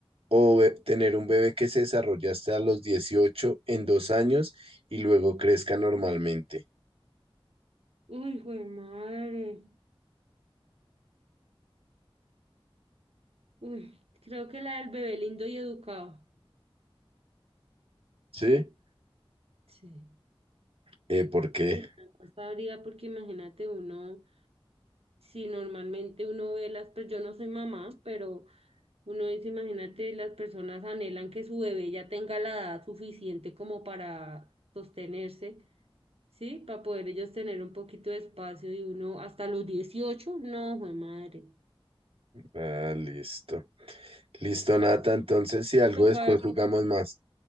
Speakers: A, on the right; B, on the right.
A: O eh, tener un bebé que se desarrolla hasta los 18 en dos años y luego crezca normalmente.
B: Uy, güey, madre. Uy, creo que la del bebé lindo y educado.
A: ¿Sí?
B: Sí.
A: Eh, ¿por qué?
B: Sí, la encuesta habría porque imagínate uno. Si normalmente uno ve las, pues yo no soy mamá, pero uno dice, imagínate, las personas anhelan que su bebé ya tenga la edad suficiente como para sostenerse, ¿sí? Para poder ellos tener un poquito de espacio y uno hasta los 18 no, jue madre.
A: Ah, listo. Listo, Nata. Entonces, si
B: Listo,
A: algo después
B: Pablo.
A: jugamos más.